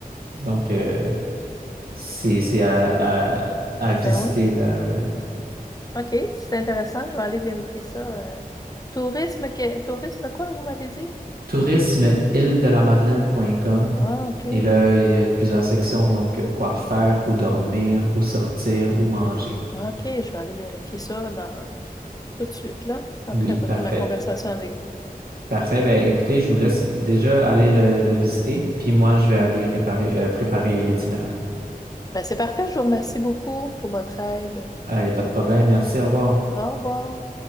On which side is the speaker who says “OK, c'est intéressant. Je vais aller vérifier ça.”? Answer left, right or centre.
Left